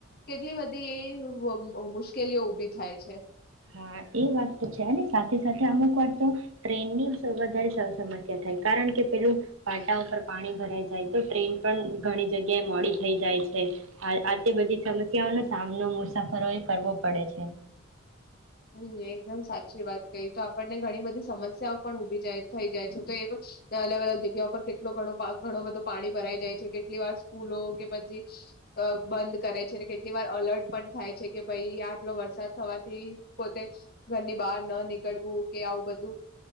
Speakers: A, on the left (about 50°); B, on the right (about 80°).
A: કેટલી બધી એ મુશ્કેલીઓ ઉભી થાય છે.
B: હા એ વાત તો છે સાથે સાથે અમુક વાત તો ટ્રેન ની વધારે સમસ્યા થાય કારણ કે પેલું પાટા પર પાણી ભરાઈ જાય તો ટ્રેન પણ ઘણી જગ્યાએ મોડી થઈ જાય છે આ આ તે બધી સમસ્યાઓનો સામનો મુસાફરોએ કરવો પડે છે.
A: હમ એકદમ સાચી વાત કઈ તો આપણને ઘણી બધી સમસ્યાઓ પણ ઉભી જાય થઈ જાય છે તો એ અલગ અલગ જગ્યા પર કેટલો ઘણો બધો પાણી ભરાઈ જાય છે કેટલી વાર સ્કૂલો કે પછી બંધ કરે છે કેટલી વાર અલર્ટ પણ થાય છે કે ભાઈ આટલો વરસાદ થવાથી પોતે ઘરની બહાર ન નીકળવું કે આવું બધું